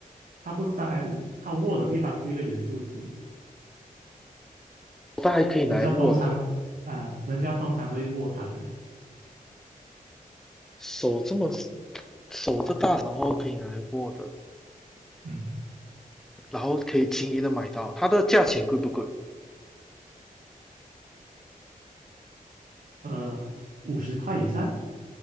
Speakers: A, on the right; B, in the centre.
A: 它不是障碍物，它握的地方是一个圆柱体。
B: 它还可以拿来握的，
A: 人家通常啊，人家通常都会握它的。
B: 手这么手这大，然后可以拿来握的，
A: 嗯，
B: 然后可以轻易的买到。它的价钱贵不贵？
A: 呃，五十块以上